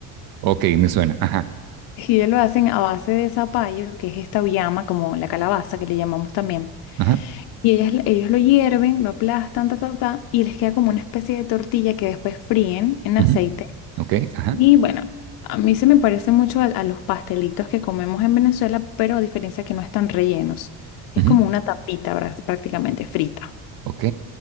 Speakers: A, on the right; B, on the left.
A: Ok, me suena. Ajá.
B: ellos lo hacen a base de zapallo, que es esta uyama, como la calabaza que le llamamos también.
A: Ajá,
B: Y ellas, ellos lo hierven, lo aplastan, ta, ta, ta, y les queda como una especie de tortilla que después fríen en aceite.
A: ujú, ok, ajá,
B: Y bueno, a mí se me parece mucho a, a los pastelitos que comemos en Venezuela, pero a diferencia que no están rellenos. Es
A: ujú,
B: como una tapita bra- prácticamente frita.
A: ok,